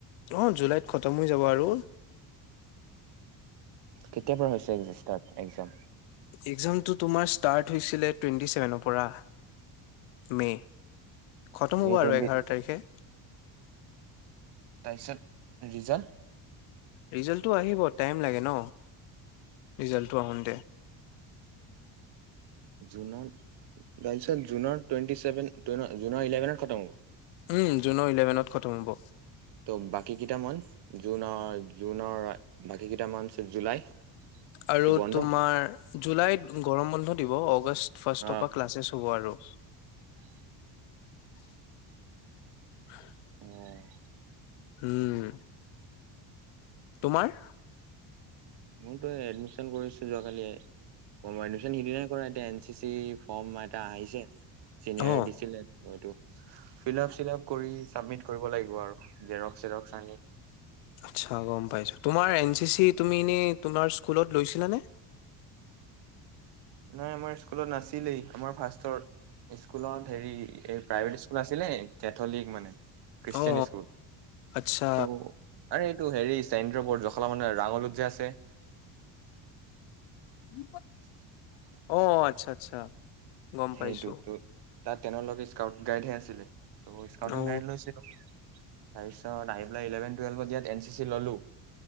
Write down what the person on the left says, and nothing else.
অ জুলাইত খতম হৈ যাব আৰু
এক্জামটো তোমাৰ ষ্টাৰ্ট হৈছিলে টুৱেণ্টি চছেভেনৰ পৰা মে খতম
হ'ব
আৰু এঘাৰ তাৰিখে
ৰিজাল্টটো আহিব টাইম লাগে ন ৰিজাল্টটো আহোঁতে
উম' জুনৰ ইলেভেনত খতম হ'ব।
আৰু
তোমাৰ জুলাইত গৰম বন্ধত দিব অগষ্ট ফাৰ্ষ্ট
তৰ পা ক্লাছেছ হ'ব আৰু
<inaudible>
উম'। তোমাৰ?
অ
আচ্ছা গম পাইছো তোমাৰ এন চি চিত তুমি এনেই তোমাৰ স্কুলত লৈছিলানে?
অ
আচ্ছা
উম।
অ' আচ্ছা আচ্ছা। গম
পাইছো।
অ